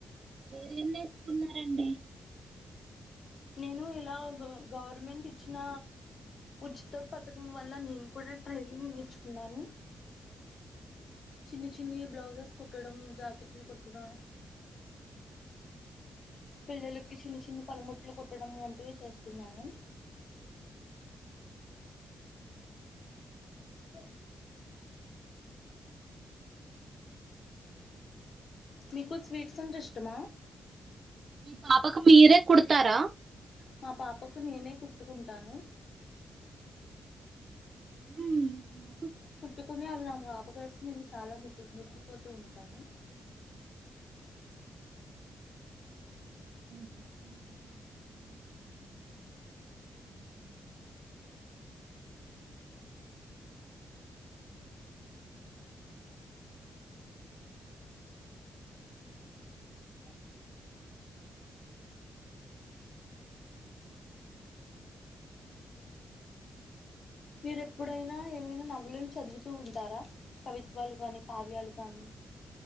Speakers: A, on the right; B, on the left.
A: మీరేం నేర్చుకున్నారండి
B: నేను ఇలా గవర్నమెంట్ ఇచ్చిన ఉచిత పథకం వల్ల నేను కూడా ట్రైనింగ్ నేర్చుకున్నాను చిన్ని చిన్ని బ్లౌజస్ కుట్టడం జాకెట్లు కొట్టడం పిల్లలకి చిన్ని చిన్ని పలుముట్లు కొట్టడం వంటివి చేస్తున్నాను అఓ మీకు స్వీట్స్ అంటే ఇష్టమా
A: మీ పాపకు మీరే కుడతారా
B: మా పాపకు నేనే కుట్టుకుంటాను
A: ఉమ్
B: కుట్టుకుని అవి నా పాపకేసి నేను చాలా ముసి మురిసిపోతూ ఉంటాము
A: <inaudible>
B: మీరు ఎప్పుడైనా ఏమైనా నవలులను చదువుతూ ఉంటారా కవిత్వాలు కానీ కావ్యాలు కానీ